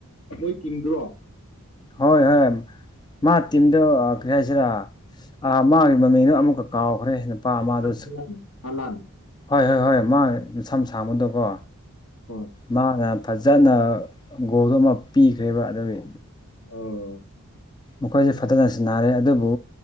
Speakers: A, on the left; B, on the left.
A: ꯅꯣꯏ ꯇꯤꯝꯗ꯭ꯔꯣ
B: ꯍꯣꯏ ꯍꯣꯏ ꯃꯥ ꯇꯝꯗ ꯁꯤꯅ ꯃꯥꯒꯤ ꯃꯃꯤꯅ ꯑꯃꯨꯛꯀ ꯀꯥꯎꯈ꯭ꯔꯦ ꯁꯤ ꯅꯨꯄꯥ ꯑꯃꯗꯨ
A: ꯍꯂꯥꯟ ꯍꯂꯥꯟ
B: ꯍꯣꯏ ꯍꯣꯏ ꯍꯣꯏ ꯃꯥ ꯁꯝ ꯁꯥꯡꯕꯗꯣꯀꯣ
A: ꯍꯣꯏ
B: ꯃꯥꯅ ꯐꯖꯅ ꯒꯣꯜꯗ ꯑꯃ ꯄꯤꯈ꯭ꯔꯦꯕ ꯑꯗꯨꯒꯤ
A: ꯑꯣ
B: ꯃꯈꯣꯏꯁꯦ ꯐꯖꯅ ꯁꯤꯟꯅꯔꯦ ꯑꯗꯨꯕꯨ